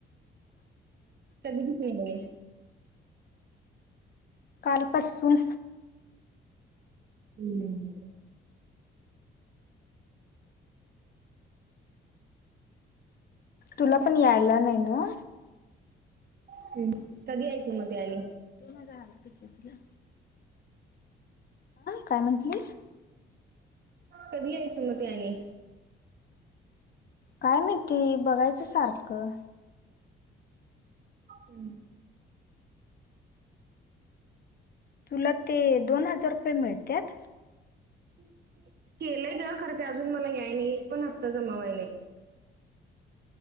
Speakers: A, on the right; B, on the left.
A: <unintelligible>
B: कालपासून.
A: हम्म.
B: तुला पण यायला नाही नव्ह?
A: हम्म, कधी यायच मग ते आणि?
B: काय, काय म्हटलीस?
A: कधी यायची मग ती आणि?
B: काय माहिती, बघायचं सारखं.
A: हम्म
B: तुला ते दोन हजार रुपये मिळत्यात?
A: <inaudible> केलय ग खर ते अजून मला याय नाही एक पण हप्ता जमा व्हय नाही.